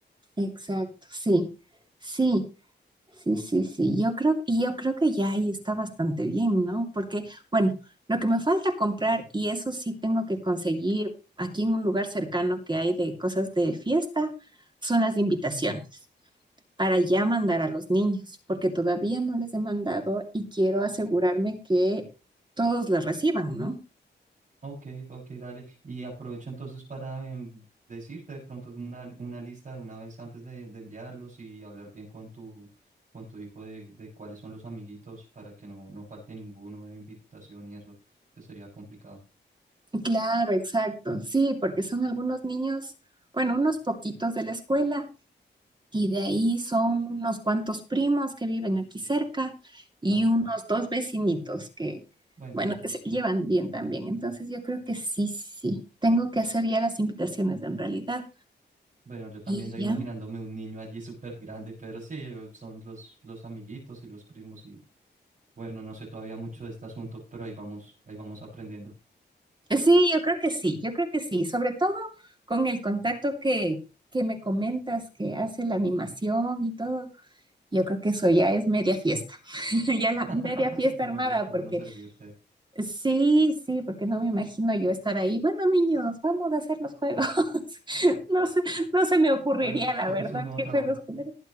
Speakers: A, on the right (about 25°); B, on the right (about 50°).
A: Exacto, sí, sí. Sí, sí, sí, yo creo, y yo creo que ya ahí está bastante bien, ¿no? Porque, bueno, lo que me falta comprar, y eso sí tengo que conseguir aquí en un lugar cercano que hay de cosas de fiesta, son las invitaciones para ya mandar a los niños, porque todavía no les he mandado y quiero asegurarme que todos las reciban, ¿no?
B: Ok, ok, dale. Y aprovecho entonces para em, decirte de pronto una, una lista de una vez antes de, de enviarlos y hablar bien con tu, con tu hijo de, de cuáles son los amiguitos para que no, no falte ninguno de invitación y eso, que sería complicado.
A: Claro, exacto, sí, porque son algunos niños, bueno, unos poquitos de la escuela Y de ahí son unos cuantos primos que viven aquí cerca y
B: Ah, ya.
A: unos dos vecinitos que,
B: Bueno,
A: bueno,
B: sí.
A: que se llevan bien también. Entonces yo creo que sí, sí, tengo que hacer ya las invitaciones en realidad.
B: Bueno, yo también
A: Y
B: ya imaginándome
A: ya.
B: un niño allí súper grande, pero sí, o- son los, los amiguitos y los primos y bueno, no sé todavía mucho de este asunto, pero ahí vamos, ahí vamos aprendiendo.
A: Sí, yo creo que sí, yo creo que sí. Sobre todo con el contacto que, que me comentas que hace la animación y todo. Yo creo que eso ya es media fiesta, <laughs> ya la
B: <laughs>
A: media fiesta
B: Qué
A: armada,
B: bueno, qué
A: porque
B: bueno servirte.
A: Sí, sí, porque no me imagino yo estar ahí. Bueno, niños, vamos a hacer los juegos. <laughs> No se, no se me ocurriría,
B: Bueno,
A: la
B: coges
A: verdad,
B: un nuevo
A: qué
B: trabajo.
A: juegos poner.